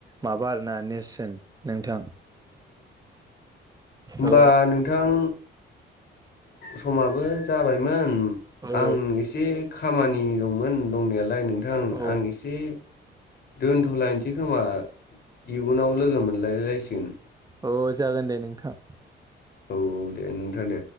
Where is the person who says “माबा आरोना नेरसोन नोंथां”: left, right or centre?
Right